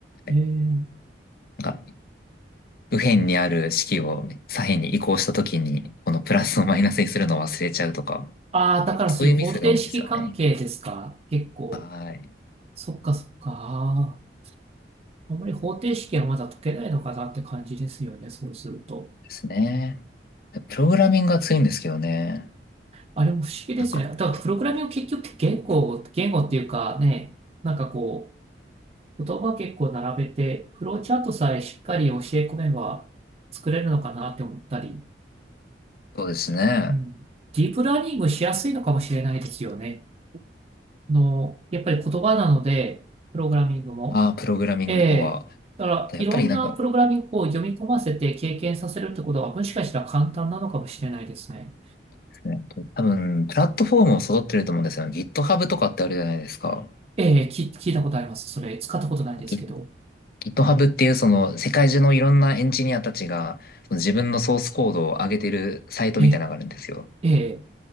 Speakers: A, on the left; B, on the right.
A: はい
B: えー、
A: なんか、右辺にある式を左辺に移行したときに、このプラスをマイナスにするのを忘れちゃうとか、
B: ああ、だからそういう方程式関係ですか。
A: そういうミスが多いんですよね。
B: 結構。
A: はい。
B: そっかそっか。あーあんまり方程式はまだ解けないのかなって感じですよね。そうすると。
A: ですね。プログラミングが強いんですけどね。
B: あれも不思議ですね。
A: なんか、
B: だからプログラミング結局って言語、言語っていうかね、なんかこう、言葉結構並べて、フローチャートさえしっかり教え込めば作れるのかなって思ったり、
A: そうですね。
B: うん。ディープラーニングしやすいのかもしれないですよね。あの、やっぱり言葉なので、プログラミングも。
A: ああ、プログラミングの方は。
B: ええ。だから、
A: やっぱりなんかで
B: いろんなプログラミングを読み込ませて経験させるってことは、もしかしたら簡単なのかもしれないですね。
A: すね、多分、プラットフォームを揃ってると思うんですよね。GitHub とかってあるじゃないですか。
B: ええ、聞聞いたことあります。それ、使ったことないですけど。
A: Git- GitHub っていうその世界中のいろんなエンジニアたちがその自分のソースコードを上げてるサイトみたいなのがあるんですよ。
B: え、ええ。